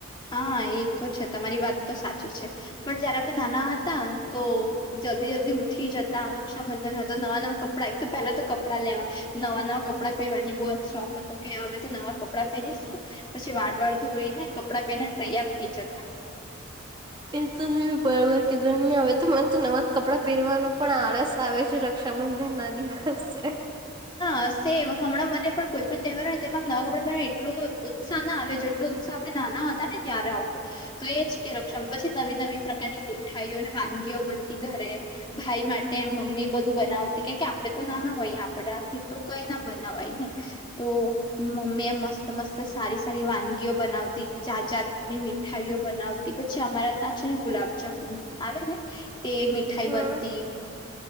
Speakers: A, on the left (about 20°); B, on the right (about 20°).
A: હા એ તો છે તમારી વાત તો સાચી છે. પણ જયારે આપણે નાના હતા તો જલ્દી જલ્દી ઉઠી જતા રક્ષાબંધન હતા નવા નવા કપડા તો પેલા તો કપડાં લેવા નવા નવા કપડાં પહેરવાની બહુ શોખ હતો કે હવે તો નવા કપડાં પહેરીશું પછી વારવાર ધોઈ ને કપડાં પહેને તૈયાર થઈ જતા.
B: <inaudible> એ તો બરોબર કેધં હવે તો મને તો નવા કપડાં પહેરવાનું પણ આળસ આવે છે. ર ક્ષાબંધન ના દિવસે.
A: હસે હમણાં મને પણ કોઈ પણ તહેવાર હોય તેમ નવા કપડા પેર એટલું ઉત્સાહ ના આવે જેટલ આપડે નાના હતા ને ત્યારે આવતો તો એજ કે રક્ષા પછી નવી નવી પ્રકારની મીઠાઈઓ અને વાનગીઓ બનતી ઘરે ભાઈ માટે એમ મમ્મી બધું બનાવતી કેમ કે આપડે તો ના ના હોય આપડાથી તો કઈ ના બનાવાય ને તો મમ્મી એ મસ્ત મસ્ત સારી સારી વાનગીઓ બનાવતી જાત જાત ની મીઠાઈઓ બનાવતી પછી અમારા ત્યાં છે ને ગુલાબજામુન આવે ને તે મીઠાઈ
B: હમ
A: બનતી